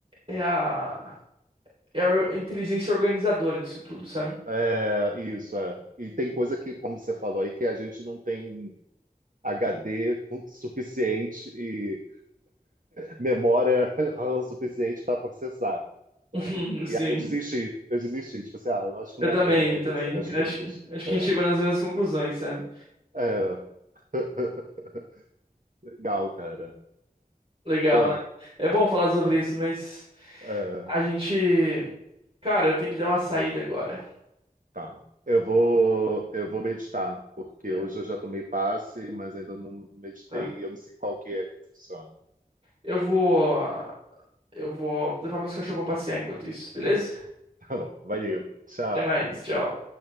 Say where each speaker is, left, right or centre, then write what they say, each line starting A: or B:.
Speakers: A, on the right (about 40°); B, on the right (about 60°).
A: é a é a inteligência organizadora disso tudo, sabe?
B: É, isso, é. E tem coisa que, como você falou aí, que a gente não tem HD fu- <laughs> suficiente e memória <laughs> RAM suficiente para processar,
A: <laughs>
B: sabe?
A: Sim.
B: E aí eu desisti, eu desisti. Tipo assim, ah, eu acho que
A: Eu
B: não
A: também,
B: é para eu entender
A: eu também.
B: certas
A: Eu
B: coisas.
A: Acho que acho que
B: É,
A: a gente chegou nas mesmas conclusões, sabe?
B: é. <laughs> Legal, cara.
A: Legal,
B: Pô,
A: né? É bom falar sobre isso, mas
B: é,
A: a gente, cara, eu tenho que dar uma saída agora,
B: tá. Eu vou, eu vou meditar, porque
A: É,
B: hoje eu já tomei passe, mas ainda não meditei
A: tá?
B: e eu não sei qual que é que funciona.
A: Eu vou eu vou levar meus cachorros pra passear enquanto isso, beleza?
B: <laughs> Tá bom, valeu. Tchau.
A: Até mais, tchau.